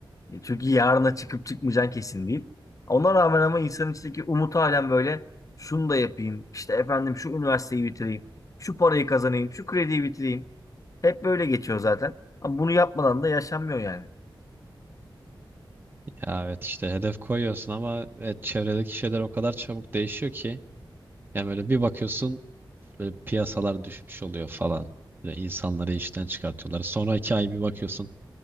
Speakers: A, on the left; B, on the right.
A: E Çünkü yarına çıkıp çıkmayacağın kesin değil. Ona rağmen ama insanın içindeki umut halen böyle şunu da yapayım. işte efendim şu üniversiteyi bitireyim. Şu parayı kazanayım. Şu krediyi bitireyim. Hep böyle geçiyor zaten. Ama bunu yapmadan da yaşanmıyor yani.
B: Ya evet işte hedef koyuyorsun ama evet, çevredeki şeyler o kadar çabuk değişiyor ki. Yani böyle bir bakıyorsun böyle piyasalar düşmüş oluyor falan. Böyle insanları işten çıkartıyorlar. Sonraki ay bir bakıyorsun